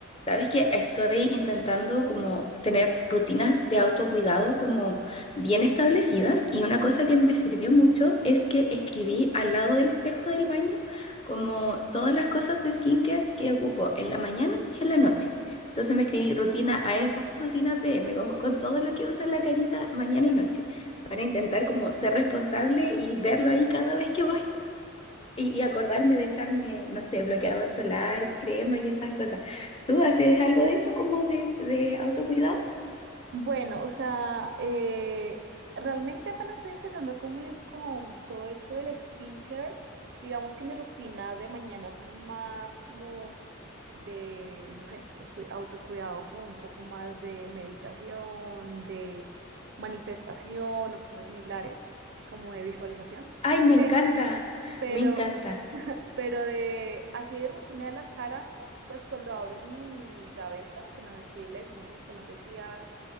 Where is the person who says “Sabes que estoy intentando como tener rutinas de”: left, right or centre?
Left